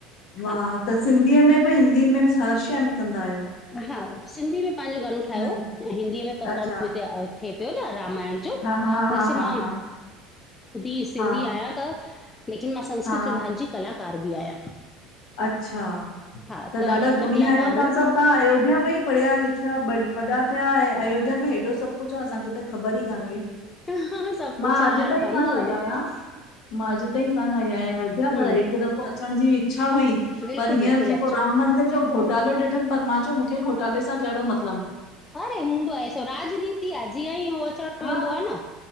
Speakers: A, on the left; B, on the left.
A: हाश
B: वाह त सिंधीअ में बि हिंदी में हर शइ में कंदा आहियो
A: हा सिंधी में पंहिंजो गानो ठाहियो,
B: हर
A: ऐं हिंदीअ में पफोर्म
B: अच्छा
A: हिते थिए पियो न रामायण
B: हा हा
A: जसे
B: हा हा
A: मां
B: हा
A: बी सिंधी
B: हा
A: आहियां त लेकिन मां संस्कृत
B: हा
A: विभाग जी कलाकार बि आहियां।
B: अच्छा,
A: हा
B: त ॾाढा
A: हुन
B: गुणी
A: कलाकार
B: आहियो, तव्हां
A: में
B: सभु तव्हां अयोध्या में ई पढ़िया लिखिया बया वॾा थिया ऐं अयोध्या में हेॾो सभु कुझु आ, असांखे त ख़बर ई कान हुई।
A: ह सभु कुझु
B: मां
A: आ,
B: अॼु
A: हर
B: ताईं
A: हंध
B: कान
A: हूंदो
B: आई आहियां
A: आ।
B: मां अॼु ताई कान आई आहियां अयोध्या,
A: हम्म
B: पर हिकु दफ़ो अ अचण जी इच्छा हुई
A: बिल्कुलु
B: पर हींअर
A: बिल्कुलु
B: जेको
A: अचो
B: राम मंदिर घोटालो ॾिठमि, पर मां चयो मूंखे घोटाले सां कहिड़ो म
A: अड़े हूंदो आहे सो राजनीति आहे जीअं ई हो अचणु
B: हा
A: वेंदो आहे न